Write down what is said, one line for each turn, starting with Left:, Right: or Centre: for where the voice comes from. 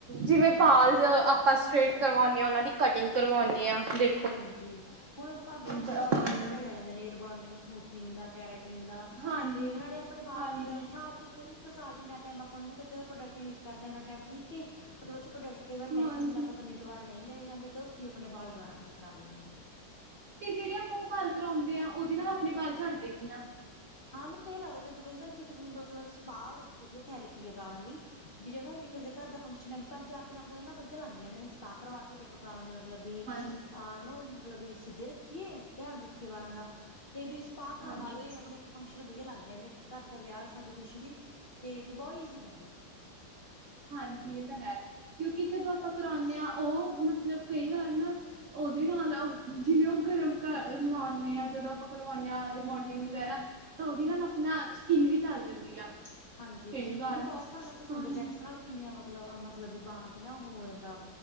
Right: ਜਿਵੇਂ ਬਾਲਜ਼ ਆਪਾਂ ਸਟਰੇਟ ਕਰਵਾਉਂਨੇ ਆ ਉਹਨਾਂ ਦੀ ਕਟਿੰਗ ਕਰਵਾਉਂਨੇ ਆ ਦੇ
Left: ਹਾਂਜੀ, ਹੁਣ ਪੰਜ ਛੇ-ਛੇ
Right: ਕਰਵਾਉਂਦੇ
Left: ਹਜ਼ਾਰ ਰੁਪਇਆ
Right: ਹਾਂ
Left: ਲੈ ਲੈਂਦੇ ਨੇ ਰਬੋਂਡਿੰਗ ਸਮੂਥਨਿੰਗ ਦਾ, ਕੈਰਾਟੀਨ ਦਾ,
Right: ਹਾਂਜੀ
Left: ਤੇ ਉਹ ਨਾਲੇ ਆਪਣੇ ਬਾਲ
Right: ਹਾਂਜੀ
Left: ਮਤਲਬ ਸਾਲ ਕੁ ਇੱਕ ਇੱਕ ਸਾਲ ਜਿੰਨਾ ਟੈਮ ਆਪਾਂ ਨੂੰ ਦਿੰਦੇ ਉਹਨਾਂ ਦੇ ਪ੍ਰੋਡਕਟ ਯੂਜ ਕਰਦੇ ਆ ਉਹਨਾਂ ਟੈਮ ਠੀਕ ਏ ਉਹਦੇ ਵਿੱਚ ਪ੍ਰੋਡਕਟ ਕਈ ਵਾਰ ਮਹਿੰਗੇ
Right: ਹਾਂਜੀ
Left: ਹੁੰਦੇ ਨੇ ਪਤਾ ਨਹੀਂ ਦੁਬਾਰਾ ਨਹੀਂ ਲਏ ਜਾਂਦੇ ਅਤੇ ਉੱਥੇ ਹੀ ਆਪਣੇ ਬਾਲ ਦੁਬਾਰਾ ਫਿਰ ਖ਼ਰਾਬ ਹੋ ਜਾਂਦੇ ਨੇ।
Right: ਤੇ ਜਿਹੜੇ ਆਪਾਂ ਉਹ ਬਾਲ ਕਰਾਉਂਦੇ ਆ ਉਹਦੇ ਨਾਲ ਆਪਣੇ ਬਾਲ ਝਦੇ ਝੜਦੇ ਵੀ ਆ।
Left: ਹਾਂ ਮੈਨੂੰ ਤਾਂ ਇਹ ਲੱਗਦਾ ਵੀ ਉਦੋਂ ਵਧੀਆ ਜੇ ਸਾਨੂੰ ਕਿਸੇ ਨੇ ਮਤਲਬ ਸਪਾ ਇੱਕ ਵਧੀਆ ਥੈਰੇਪੀ ਹੈ ਵਾਲਾਂ ਲਈ। ਵੀ ਜਿਹੜੀ ਕਿਸੇ ਘਰ ਦਾ ਫੰਕਸ਼ਨ ਹੈ ਪੰਜ ਚਾਰ ਦਿਨ ਆਪਣੇ ਵਧੀਆ ਲੰਘ ਜਾਂਦੇ ਨੇ ਸਪਾ ਕਰਵਾ ਕੇ ਜੇ ਆਪਾਂ ਬਾਲਾ ਦੇ ਮਤਲਬ ਵੀ
Right: ਹਾਂਜੀ
Left: ਉਹਨਾਂ ਨੂੰ ਮਤਲਬ ਵੀ ਸਿੱਧੇ ਰੱਖੀਏ, ਧਿਆਨ ਰੱਖੀਏ ਵਾਲਾਂ ਦਾ ਤੇ ਵੀ ਸਪਾ ਕਰਵਾ
Right: ਹਾਂਜੀ
Left: ਲਏ ਆਪਣੇ ਫੰਕਸ਼ਨ ਵਧੀਆ ਲੰਘ ਜਾਂਦੇ ਇੱਕ ਘਰ ਦਾ ਵਿਆਹ ਸ਼ਾਦੀ ਕੁਛ ਵੀ, ਤੇ ਵੀ ਬਹੁਤ ਈਜ਼ੀ ਰਹਿੰਦਾ।
Right: ਹਾਂਜੀ ਇਹ ਤਾਂ ਹੈ, ਕਿਉਂਕਿ ਜਦੋਂ ਆਪਾਂ ਕਰਾਉਂਨੇ ਆ ਉਹ ਮਤਲਬ ਕਈ ਵਾਰ ਨਾ ਉਹਦੇ ਨਾਲ ਜਿਵੇਂ ਉਹ ਕਰ ਲਾਉਨੇ ਆ ਜਦੋਂ ਆਪਾਂ ਕਰਵਾਉਨੇ ਆ ਰੀਬੋਨਡਿੰਗ ਵਗੈਰਾ ਤਾਂ ਉਹਦੇ ਨਾਲ ਆਪਣਾ ਸਕਿੰਨ ਵੀ ਜਲ ਜਾਂਦੀ ਆ।
Left: ਹਾਂਜੀ,
Right: ਕਈ ਵਾਰ
Left: ਹੁਣ ਬਹੁਤ ਥਾਵੇ ਸੁਣਦੇ
Right: ਹਾਂ
Left: ਆਂ ਵੈਕਸ ਨਾਲ ਕਿੰਨੀਆਂ ਮਤਲਬ ਮਤਲਬ ਵੀ ਬਾਂਹਾ ਤੇ ਉਹੋ ਹੋ ਜਾਂਦਾ,